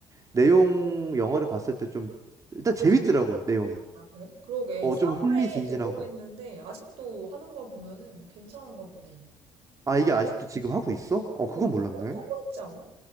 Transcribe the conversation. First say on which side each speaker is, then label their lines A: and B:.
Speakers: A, on the right; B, on the right.
A: 내용 영화를 봤을 때 좀 일단 재밌더라고 내용이.
B: 아, 그래? 그러게.
A: 어
B: 사
A: 좀
B: 4월에
A: 흥미진진하고.
B: 개봉했는데 아직도 하는 걸 보면은 괜찮은가 보네.
A: 아 이게 아직도 지금 하고 있어? 어 그건 몰랐네.
B: 어, 하고 있지 않아?